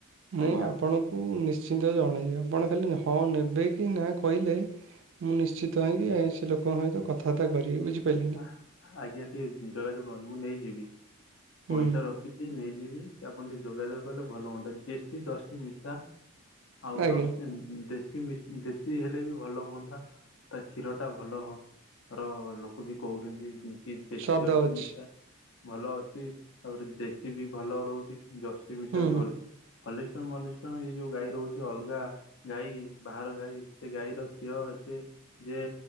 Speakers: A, on the right (about 60°); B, on the left (about 55°).
A: ମୁଁ
B: ଆଜ୍ଞା
A: ଆପଣ ମୁଁ ନିଶ୍ଚିନ୍ତ ଜଣେଇବି ଆପଣ ଖାଲି ହଁ ନେବେ କି ନା କହିଲେ ମୁଁ ନିଶ୍ଚିତ ହେଇକି ଅ ସେ ଲୋକଙ୍କ ସହିତ କଥାବାର୍ତା କରିବି ବୁଝିପାଇଲେ?
B: ଆ ଆଜ୍ଞା ଟିକେ ଯୋଗାଯୋଗ କରନ୍ତୁ ମୁଁ ନେଇଯିବି
A: ହୁଁ
B: ପଇସା ରଖ ଖିଚି ନେଇଯିବି ଆପଣ ଟିକେ ଯୋଗାଯୋଗ କଲେ ଭଲ ହୁଅନ୍ତା ଦେଶୀ ଜର୍ସି ମିଶା ଆଉ
A: ଆଜ୍ଞା
B: ଦର୍ସି ଦେଶ୍ ସେଇ ଦେଶୀ ଦେଶୀ ହେଲେ ବି ଭଲ ହୁଅନ୍ତା ତା କ୍ଷୀରଟା ଭଲ ର ଲୋ କ ବି କହୁଛନ୍ତି କି ଦେଶୀ
A: ସ୍ୱାଦ
B: ଜର୍ସି
A: ଅଛି
B: ମିଶା ଭଲ ଅଛି ତାପରେ ଦେଶୀ ବି ଭଲ ରହୁଛି, ଜର୍ସି ମିଶା
A: ହୁଁ
B: ବି
A: ହୁଁ
B: ଟିକେ ଭଲ ହଲିଷ୍ଟନ୍ ମଲିଷ୍ଟନ୍ ଏଇ ଯୋଉ ଗାଈ ରହୁଛି ଅଲଗା ଗାଈ ବାହାର ଗାଈ ସେ ଗାଈର କ୍ଷୀର ଏତେ ଯେ